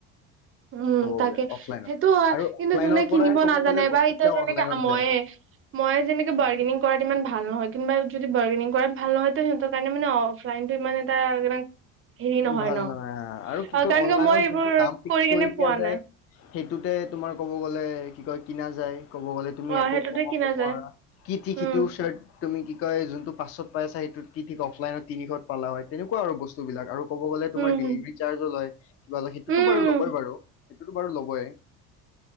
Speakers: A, on the right; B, on the left.
A: উম
B: ক'ব
A: তাকে
B: গ'লে অফলাইনৰ
A: সেইটো হয়
B: আৰু
A: কিন্তু
B: অফলাইনৰ
A: যোনে
B: পৰাই
A: কিনিব
B: ক'ব
A: নাজানে
B: গ'লে বস্তুবিলাক
A: বা এতিয়া যেনেকে
B: অনলাইনত
A: ময়েই
B: যায়
A: মই যেনেকে বাৰ্গেনিং কৰাত ইমান ভাল নহয় কোনবা যদি বাৰ্গেনিং কৰাত ভাল নহয় তো সিহঁতৰ কাৰণে মে অফলাইনতটো ইমান এটা হেৰি নহয়
B: ভাল
A: ন
B: হা আৰু কি
A: অ
B: কয়
A: কাৰণ
B: অনলাইনত
A: ক মই এইবোৰ
B: যোনটো দাম ফিক্স কৰি
A: কেনে
B: দিয়া
A: পোৱা
B: যায়
A: নাই
B: সেইটোতে তোমাৰ ক'ব গ'লে কি কয় কিনা যায়। ক'ব গ'লে তুমি
A: অ
B: একো
A: সেইটোতে
B: কমাব
A: কিনা
B: নোৱাৰা
A: যায়
B: কি থিক
A: উম
B: সিটো চাৰ্ট। তুমি কি কয় যোনটো পাছত পাইছা সেইটোত কি ঠিক অফলাইনত তিনিশত পালা হয় তেনেকুৱা আৰু বস্তু বিলাক। ক'ব গ'লে তোমাৰ
A: উম
B: ডেলিভাৰী
A: হম
B: চাৰ্জ লয়, কিবা লয় সেইটোতো
A: উম
B: বাৰু ল'ই
A: উম
B: বাৰু। সেইটো বাৰু লবই